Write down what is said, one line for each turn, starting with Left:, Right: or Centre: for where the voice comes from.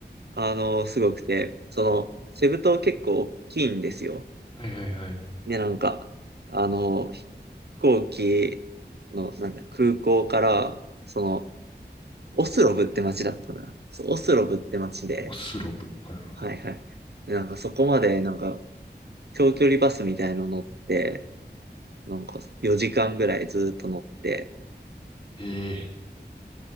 Right: あの、すごくて、その、セブ島結構大きいんですよ。
Left: はいはいはい。
Right: で、なんか、あの、飛行機の、なんか空港から、その、オスロブって街だったかな。そう、オスロブって街で、
Left: オスロブ。はいはい
Right: はいはい。なんかそこまで、なんか、長距離バスみたいの乗って、なんか4時間ぐらいずっと乗って、
Left: ええ